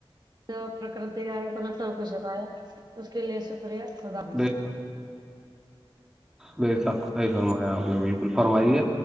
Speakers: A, on the right; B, in the centre.
A: جو پرکرتی آ ہے تو نے سب کچھ بتایا اس کے لیے شکریہ خدا
B: بے شک بے شخ صحیح فرمایا آپ نے بالکل فرمائی ہے